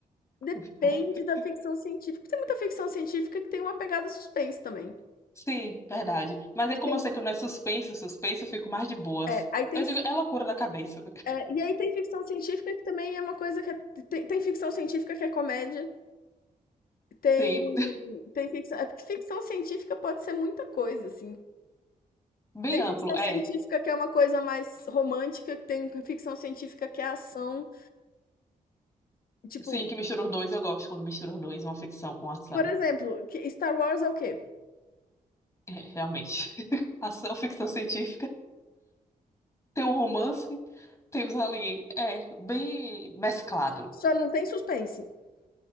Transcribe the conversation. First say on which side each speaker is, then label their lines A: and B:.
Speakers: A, on the left; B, on the left.
A: Depende
B: <laughs>
A: da ficção científica, tem muita ficção científica que tem uma pegada suspense também.
B: Sim, verdade. Mas é
A: E
B: como
A: tem
B: eu sei que não é suspense, suspense, eu fico mais de boas.
A: é, aí tem
B: Eu digo, é loucura da cabeça.
A: É, e aí tem ficção científica que também é uma coisa que é, tem, tem ficção científica que é comédia, tem
B: Sim,
A: tem ficção, é porque ficção científica pode ser muita coisa, assim.
B: <laughs> bem
A: Tem
B: amplo,
A: ficção
B: é.
A: científica que é uma coisa mais romântica, que tem ficção científica que é ação, tipo,
B: Sim, que mistura os dois, eu gosto quando mistura os dois, uma ficção com ação.
A: por exemplo, que- Star Wars é o quê?
B: É, Realmente. <laughs> Ação, ficção científica. Tem um romance, temos ali. É, bem mesclado.
A: Só não tem suspense. <laughs>